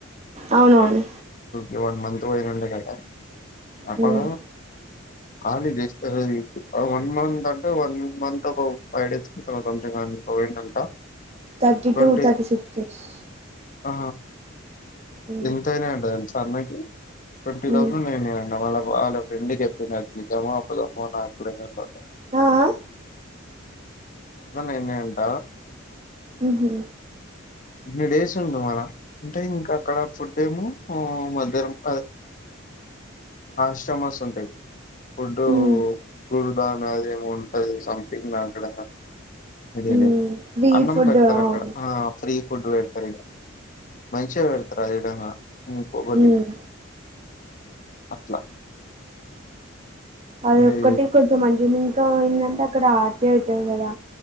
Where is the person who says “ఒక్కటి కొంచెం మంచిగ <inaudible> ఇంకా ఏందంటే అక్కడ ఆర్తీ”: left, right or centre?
Right